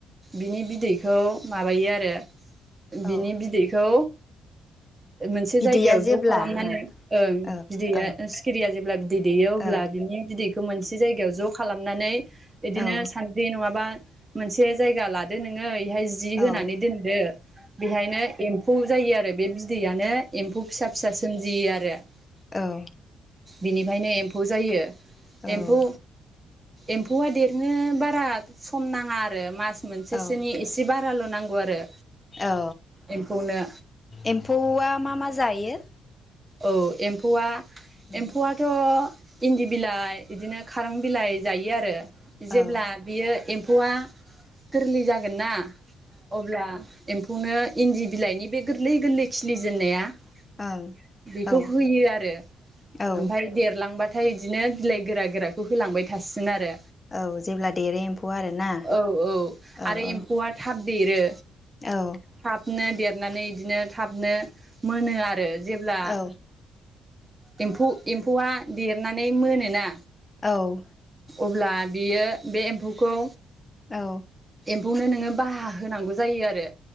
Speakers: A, on the right; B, on the left.
A: बिनि बिदैखौ माबायो आरो ओ बिनि
B: औ
A: बिदैखौ ओ मोनसे
B: बिदैया
A: जायगायाव
B: जेब्ला
A: ज' खालामनानै
B: ओं
A: ओं
B: औ
A: बिदैया
B: औ
A: सो या जेब्ला बिद बिदै दैयो अब्ला
B: औ
A: बिनि बिदै खौ मोनसे जायगायाव ज' खालामनानै बिदिनो
B: औ
A: सानद्रि नङाबा मोनसे जायगा लादो नोङो इहाय जि
B: औ
A: होनानै दोनदो बेहायनो एम्फौ जायो आरो बे बिदैयानो एम्फौ फिसा फिसा सोमजियो आ <unintelligible>
B: औ
A: बिनिफायनो एम्फौ जायो।
B: औ
A: एम्फौ
B: औ
A: एम्फौआ देरनो बारा सम नाङा आरो मास मोनसेसोनि
B: औ
A: एसे बा राल' नांगौ आरो।
B: औ
A: एम्फौनो
B: एम्फौआ मा मा जायो
A: औ एम्फौआ
B: औ
A: एम्फौआथ' इन्दि बिलाइ इदिनो खारां बिलाइ जायो आरो। जेब्ला
B: ओं
A: बियो एम्फौआ गोरलै जागोन ना अब्ला एम्फौनो इन्दि बिलाइनि बे गोरलै गोरलै खिलिजेननाया बिखौ
B: ओं औ
A: होयो आरो।
B: औ
A: ओमफाय देरला लांबाथाय इदिनो बिलाइ गोरा गोराखौ होलांबाय थासिगोन आरो
B: औ जेब्ला देरो एम्फौ आरोना
A: औ औ
B: औ
A: आरो
B: औ
A: एम्फौआ थाब देरो
B: औ
A: थाबनो देर नानै इदिनो थाबनो मोनो आरो। जेब्ला
B: औ
A: एम्फौ एम्फौआ देरनानै मोनोना
B: औ
A: अब्ला बियो बे एम्फौखौ
B: औ
A: बेखौनो नोङो बाहा होनांगौ जायो आरो